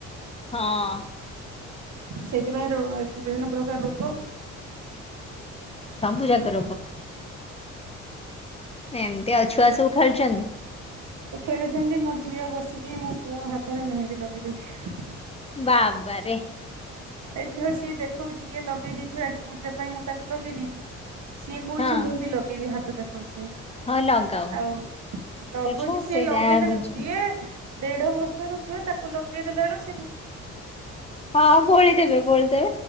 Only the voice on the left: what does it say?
ହଁ
ସବୁ ଯାକ ଏମ ନ୍ତି ଅଉ ଛୁଆ ସୁବୁ ଖେଳୁଛନ୍ତି।
ବାବାରେ
ହଁ
ହଁ ଲଗାଉ
ଆଛା
ସେ
ଯାହା ବୁଝ
ହଁ ବୋଳି <unintelligible> ବୋଳିଦେବେ।